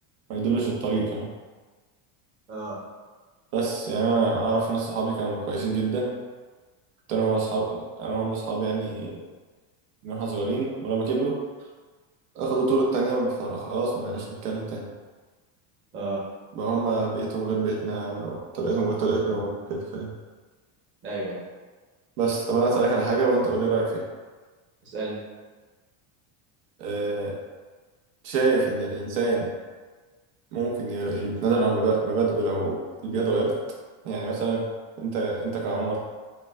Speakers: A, on the right; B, on the right.
A: ما يدلش الطريق فاهم
B: اه
A: بس يعني انا اعرف ناس صحابي كانوا كويسين جدا كنت انا واصحاب انا وهم اصحابي يعني من واحنا صغيرين ولما كبروا اخدوا طرق تانية فخلاص ما بقيناش نتكلم تاني
B: اه
A: بقى هما بيئتهم غير بيئتنا وطريقتهم غير طريقتنا وكده فاهم
B: ايوه ايوه
A: بس طب انا هسألك على حاجة وانت قولي رأيك فيها
B: اسالني
A: أه شايف ان الانسان ممكن ي- يتنازل عن مبادئ- مبادئه لو البيئة اتغيرت يعني مثلا انت انت كعمر